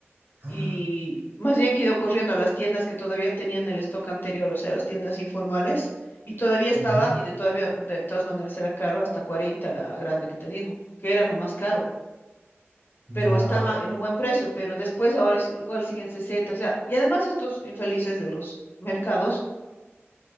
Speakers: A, on the right; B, on the left.
A: ah,
B: Y más bien que he ido corriendo a las tiendas que todavía tenían el stock anterior, o sea, las tiendas informales, y todavía estaba,
A: ujú,
B: y de todavía, de todas maneras era caro, hasta 40 la grande que te digo, que era no más caro, pero
A: ya,
B: estaba en un buen precio, pero después ahora es- igual siguen 60, o sea, y además estos infelices de los mercados